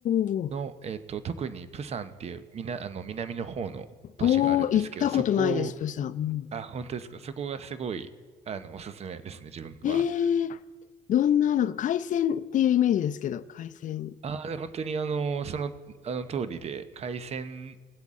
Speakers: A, on the left; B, on the right.
A: ーおー
B: の、えっと、特にプサンっていう、みな、あの、南の方の都市があるんですけど、
A: おー、おー行ったことないです、
B: そこ、
A: プーさん。うん
B: あ、本当ですか。そこがすごい、あの、おすすめですね、自分は。
A: えー、どんな、なんか海鮮っていうイメージですけど、海鮮。
B: ああ、で、本当にあの、その、あの通りで、海鮮